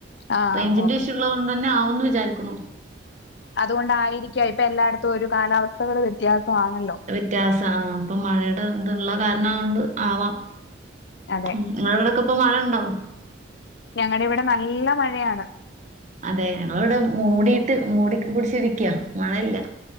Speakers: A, on the left; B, on the right.
A: ആഹ്
B: റേയ്ഞ്ചിന്റെ
A: ഓക്കെ
B: ഇഷ്യൂള്ളത് കൊണ്ട് തന്നെ ആവുന്ന് വിചാരിക്കുന്നു
A: അതുകൊണ്ടായിരിക്കാം ഇപ്പൊ എല്ലായിടത്തും ഒരു കാലാവസ്ഥകൾ വ്യത്യാസം ആണല്ലോ
B: <unintelligible> ഇപ്പൊ മഴയുടെ ഇതുള്ള കാരണകൊണ്ട് ആവാം
A: അതെ
B: ഉം നിങ്ങളടക്കെ ഇപ്പോ മഴ ഉണ്ടോ
A: ഞങ്ങടെവിടെ നല്ല മഴയാണ്
B: അതെ ഞങ്ങൾവിടെ മൂടിട്ട് മൂടി പിടിച്ചിരിക്ക മഴയില്ല